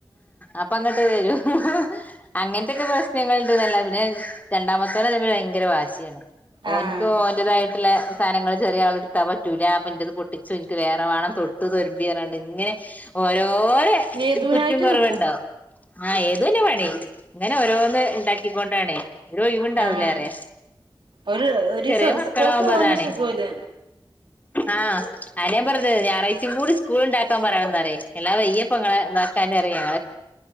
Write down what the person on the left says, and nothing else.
അപ്പ അങ്ങോട്ട് വരൂ അങ്ങനത്തെൊക്കെ പ്രശ്നങ്ങളണ്ട്ന്നല്ല പിന്നെ രണ്ടാമത്തോള തമ്മിൽ ഭയങ്കര വാശിയാണ്
ഒന്ക് ഓന്റേതായിട്ട് വട്ടില സാധനങ്ങള് ചെറിയ ആളെടുത്താൽ പറ്റുല്ല അപ്പൊ എൻ്റേത് പൊട്ടിച്ചു എനിക്ക് വേറെ വേണം തൊട്ട് തൊരുമ്പിറണ്ട് ഇങ്ങനെ ഓരോര
കുറ്റും കുറവുണ്ടോ
ആഹ ഏത് തന്നെ പേണി ഇങ്ങനെ ഓരോന്ന് ഉണ്ടാക്കിക്കൊണ്ടാണ് ര ഒഴിവണ്ടാവലറേ
ചെറിയ മക്കളാവുമ്പോ
അതാണ്
ആ ആന ഞാ പറഞ്ഞത് ഞായറാഴ്ചയും കൂടി സ്കൂള ഉണ്ടാക്കാൻ പറയണംന്നറേ എല്ലാ വയ്യപ്പ ഇ നടക്കാന അറിയ